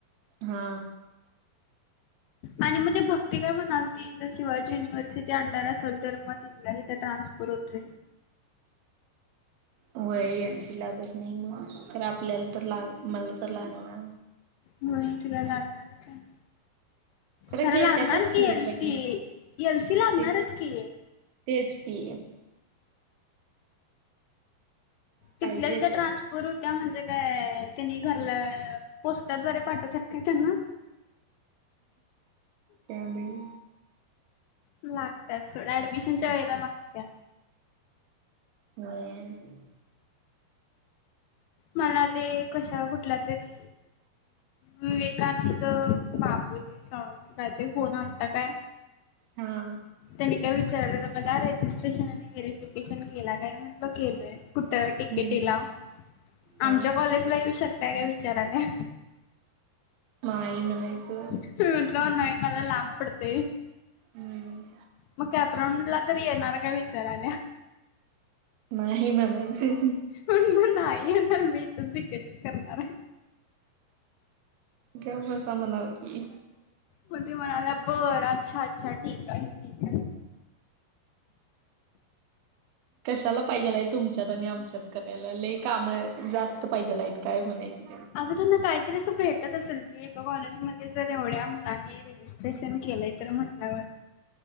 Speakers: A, on the right; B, on the left.
A: हा
B: आणि मग ते भक्ती काय म्हणाल ती शिवाजी युनिव्हर्सिटी अंडर असेल तर मग नाही तर ट्रान्सफर होतोय.
A: व्हय एल सी लागत नाही म्हणून मग आपल्याला तर लाग मला तर लागणार.
B: होय तिला लागणारच आहे. खरं
A: घेत्यातच
B: लागणार की एल
A: ही सगळी
B: सी एल सी लागणारच
A: तेच
B: की
A: तेच की
B: तिथल्या
A: पाहिजेच
B: तिथ ट्रान्स फर करून म्हणजे काय त्यांनी घरला पोस्टाद्वारे पाठवतात का त्यांना
A: त्यामुळे
B: लागत्यात सोड ऍडमिशनच्या वेळेला लागत्यात.
A: हम्म.
B: मला ते कशा कुठल्या तरी विवेकानंद बापूजी चा काय ते फोन आलता काय
A: हा
B: त्यांनी काय विचारलेल तर मला रेजिस्ट्रेशन आणि व्हेरीफिकेशन केला नाही म्हटलं केलंय. कुठ
A: हम्म
B: टी के टी लावून
A: हा
B: आमच्या कॉलेजला येऊ शकताय का विचारायले.
A: नाई म्हणायच.
B: मी म्हटलं नाही मला लांब पडतय.
A: हम्म
B: मग कॅप रांऊडला तर येणार काय विचारायल्या.
A: नाही म्हणायचं.
B: पण म नाही येणार मी तर तिकेट करणार आहे.
A: गप बसाव म्हणाव की
B: म्हणजे म्हणाल्या बरं अच्छा अच्छा ठीक आहे. आहे
A: कशाला पाहिजेल आहे तुमच्यात आणि आमच्यात करायला लई काम जास्त पाहिजेल आहेत काय म्हणायचे.
B: आता त्यांना काहीतरी असं भेटत असेल की एका कॉलेजमध्ये जर एवढ्या मुंलानी रेजिस्ट्रेशन केलंय तर म्हटल्यावर